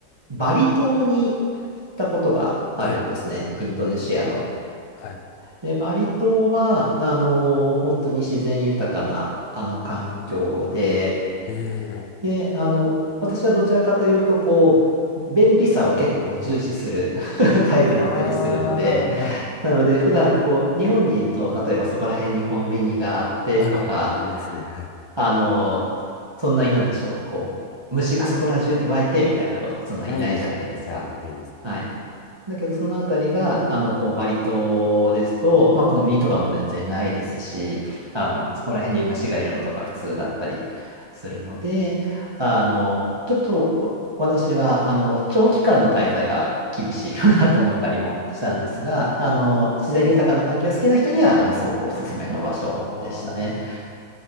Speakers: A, on the right (about 25°); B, on the left (about 70°).
A: バリ島に行ったことがあるんですね。
B: はい、
A: インドネシアの。
B: はい、はい。
A: で、バリ島は、あの、本当に自然豊かな、あの、環境で、
B: ええ、
A: で、あの、私はどちらかというと、こう、便利さを結構重視する <laughs> タイプだったりするので、
B: ああ、はい。
A: なので、普段こう、日本にいると、例えばそこら辺にコンビニがあってとか、
B: ああ、ありますね、はい。
A: あの、そんなになんでしょう、こう、虫がそこら中に湧いてみたいなこともそんなにないじゃないですか。
B: ないですね、はい、ないですね。
A: はい。だけど、そのあたりが、あの、こう、バリ島ですと、まあ、コンビニとかも全然ないですし、あの、そこら辺に虫がいるのとか普通だったりするので、あの、ちょっと、お私は、あの、長期間の滞在は厳しいかなと思ったりもしたんですが、あの、自然豊かな環境が好きな人には、あの、すごくおすすめの場所でしたね。
B: ああ、